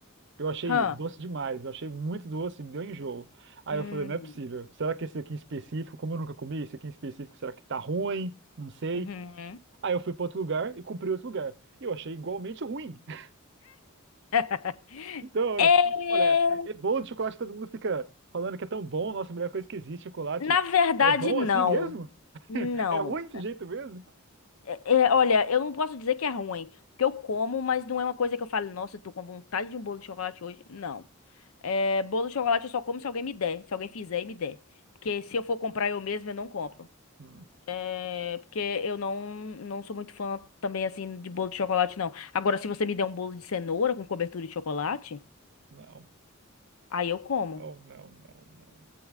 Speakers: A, on the right (about 55°); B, on the left (about 85°).
A: eu achei
B: Hã.
A: doce demais. Eu achei muito doce, me deu enjoo. Aí
B: Hum.
A: eu falei, não é possível. Será que esse aqui em específico, como eu nunca comi, esse aqui em específico, será que tá ruim? Não sei.
B: Uhum.
A: Aí eu fui para outro lugar e cumpri outro lugar. E eu achei igualmente ruim. <laughs>
B: <laughs>
A: Então,
B: É,
A: olha, é bom de chocolate, todo mundo fica falando que é tão bom, nossa, a melhor coisa que existe, é chocolate.
B: na verdade,
A: É bom
B: não.
A: assim mesmo?
B: Não.
A: <laughs> É ruim desse jeito mesmo?
B: É, é, olha, eu não posso dizer que é ruim, porque eu como, mas não é uma coisa que eu falo, nossa, eu tô com vontade de um bolo de chocolate hoje. Não. É, bolo de chocolate eu só como se alguém me der, se alguém fizer e me der. Porque se eu for comprar eu mesmo, eu não compro.
A: Hum,
B: É, porque eu não, não sou muito fã também, assim, de bolo de chocolate, não. Agora, se você me der um bolo de cenoura com cobertura de chocolate,
A: Não,
B: aí eu como.
A: não, não, não, não.